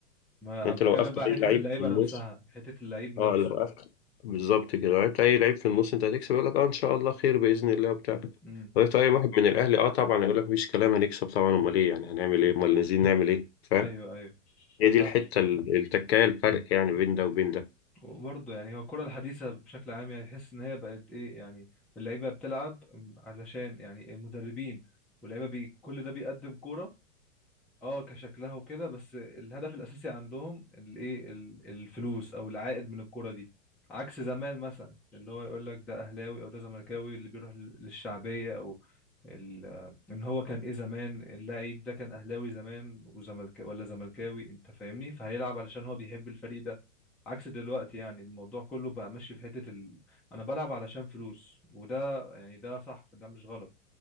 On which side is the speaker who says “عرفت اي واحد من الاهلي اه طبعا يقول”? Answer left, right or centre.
Left